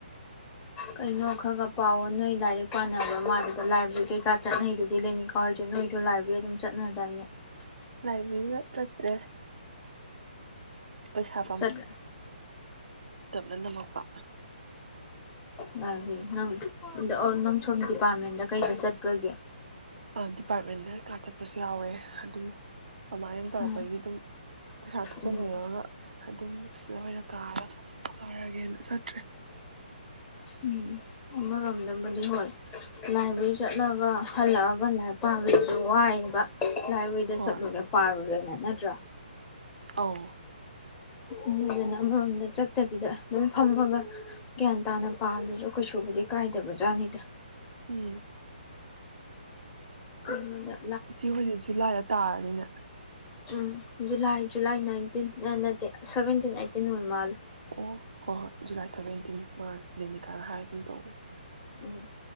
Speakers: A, on the left; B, on the right.
A: ꯀꯩꯅꯣ ꯈꯔ ꯈꯔ ꯄꯥꯎ ꯅꯣꯏ ꯂꯥꯏꯔꯤꯛ ꯄꯥꯅꯕ ꯃꯥꯗꯨꯗ ꯂꯥꯏꯕ꯭ꯔꯦꯔꯤ ꯀꯩꯀꯥ ꯆꯠꯅꯩꯗꯨꯗꯤ ꯂꯦꯅꯤꯀꯥ ꯍꯣꯏꯁꯨ ꯅꯣꯏꯁꯨ ꯂꯥꯏꯕ꯭ꯔꯦꯔꯤ ꯑꯗꯨꯝ ꯆꯠꯅꯗꯥꯏꯅꯦ
B: ꯂꯥꯏꯕꯦꯔꯤꯗ ꯆꯠꯇ꯭ꯔꯦ ꯄꯩꯁꯥ
A: ꯆꯠ
B: ꯅꯪꯅ ꯃꯧꯎꯄꯥ
A: ꯃꯥꯅꯤ ꯅꯪ ꯑ ꯅꯣ ꯁꯣꯝ ꯗꯤꯄꯥꯔꯠꯃꯦꯟꯗ ꯀꯩꯗ ꯆꯠꯄꯒꯤ
B: ꯑ ꯗꯤꯄꯥꯔꯠꯃꯦꯟꯗ ꯑ ꯆꯠꯄꯁꯨ ꯌꯥꯎꯋꯦ ꯑꯗꯨꯝ ꯀꯃꯥꯏꯅ ꯑꯗꯨ ꯇꯧꯔꯛꯄꯒꯤ
A: ꯎꯝ
B: ꯑꯗꯨꯝ ꯄꯩꯁꯥ ꯊꯤꯖꯤꯜꯂꯨꯔꯒ
A: ꯎꯝ
B: ꯑꯗꯨꯝ ꯁꯤꯗ ꯑꯣꯏꯅ ꯀꯥꯔꯒ ꯄꯔꯒꯦꯅ ꯆꯠꯇ꯭ꯔꯦ
A: ꯎꯝ ꯑꯃꯔꯣꯝꯗꯕꯨꯗꯤ ꯍꯣꯏ ꯂꯥꯏꯕꯦꯔꯤ ꯆꯠꯂꯒ ꯍꯜꯂꯛꯑꯒ ꯂꯥꯏꯔꯤꯛ ꯄꯥꯕꯁꯤꯁꯨ ꯋꯥꯏꯑꯕ ꯂꯥꯢꯕ꯭ꯔꯦꯔꯤꯗ
B: ꯍꯣꯏ
A: ꯆꯠꯂꯨꯔꯦ ꯄꯥꯔꯨꯔꯦ ꯅꯠ ꯅꯠꯇ꯭ꯔꯥ
B: ꯑꯧ
A: ꯑꯗꯨꯗꯨꯅ ꯑꯃꯔꯣꯝꯗ ꯆꯠꯇꯕꯤꯗ ꯑꯗꯨꯝ ꯐꯝꯃꯒ ꯒ꯭ꯌꯥꯟ ꯇꯥꯅ ꯄꯥꯕꯗꯨꯁꯨ ꯀꯩꯁꯨꯕꯨꯗꯤ ꯀꯥꯏꯗꯕꯖꯥꯠꯅꯤꯗ
B: ꯎꯝ
A: ꯀꯩꯅꯣꯅꯦ
B: ꯏꯆꯦ ꯍꯣꯏꯗꯨꯁꯨ ꯖꯨꯂꯥꯏꯗ ꯇꯥꯔꯅꯤꯅꯦ
A: ꯎꯝ ꯖꯨꯂꯥꯏ ꯖꯨꯂꯥꯏ ꯅꯥꯏꯟꯇꯤꯟ ꯅꯠꯇꯦ ꯁꯚꯦꯟꯇꯤꯟ ꯑꯠꯇꯤꯟ ꯑꯣꯏ ꯃꯥꯜꯂꯦ
B: ꯑꯣ ꯍꯣꯏ ꯍꯣꯏ ꯖꯨꯂꯥꯏ ꯁꯚꯦꯟꯇꯤꯟ ꯃꯥ ꯖꯦꯅꯤꯀꯥꯅ ꯍꯥꯏ ꯒꯨꯝꯇꯧꯕꯅꯦ
A: ꯎꯝ